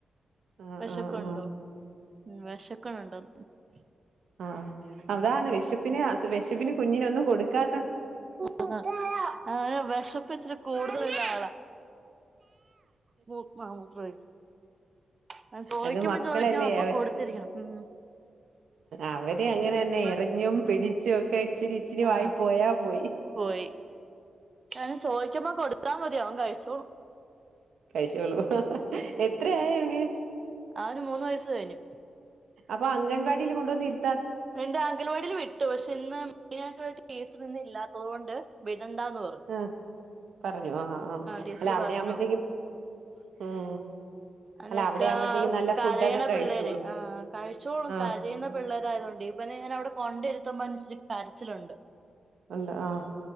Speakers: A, on the right; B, on the right.
A: ആഹ്
B: വെശക്കുണ്ടോ
A: ആഹ് ആഹ്
B: ഉം വെശക്കണുണ്ടന്ന് തോന
A: ആ അതാണ് വിശപ്പിന് അത് വിശപ്പിന് കുഞ്ഞിന് ഒന്നും കൊടുക്കാ
B: ആ അവന് വിഷപ്പിച്ചിരി കൂടുതലുള്ള ആളാ മൂ ആ മൂത്രമൊഴി അവൻ ചോദിക്കുമ്പം
A: അത് മക്കളല്ലേ
B: ചോദിക്കുമ്പം അപ്പൊ
A: അവർ
B: കൊടുത്തിരിക്കണം ഉം
A: അവര് അങ്ങനെതന്നെ
B: ഉം
A: എറിഞ്ഞും പിടിച്ചുവൊക്കെ ഇച്ചിരി ഇച്ചിരി വായി
B: ആ
A: പോയാ പോയി
B: പോയി അവന് ചോദിക്കുമ്പോ കൊടുത്താമതി അവൻ കഴിച്ചോളും
A: കഴിച്ചോളും
B: ഉം
A: എത്രയായി അവന്
B: അവന് മൂന്ന് വയസ് കഴിഞ്ഞു
A: അപ്പൊ അംഗൻവാടീല് കൊണ്ടു വന്നിര്
B: ഇണ്ട് അങ്കൽവാടില് വിട്ടു പക്ഷെ ഇന്ന് മെയിനായിട്ടുള്ള ടീച്ചറ് ഇന്നില്ലാത്തത് കൊണ്ട് വിട് ടണ്ടാന്ന് പറഞ്ഞു
A: ആഹ് പറഞ്ഞു ആ ആ
B: ടീച്ചർ
A: അല്ല അവിടെയാവുമ്പോഴത്തേക്കും
B: പറഞ്ഞു
A: ഉം
B: ആന്ന്
A: അല്ല
B: വെച്ചാ
A: അവിടെ ആവുമ്പോഴത്തേക്കും നല്ല
B: കരയണ
A: ഫുഡൊക്കെ കഴിച്ചോളും
B: പിള്ളേര് ആ കഴിച്ചോളും
A: ആഹ്
B: കരയുന്ന പിള്ളേരായതോണ്ടേ ഇവനെ ഞാൻ അവിടെ കൊണ്ടിരുത്തുമ്പൊ അവനിച്ചിരി കരച്ചിലുണ്ട്
A: ഉണ്ട് ആഹ്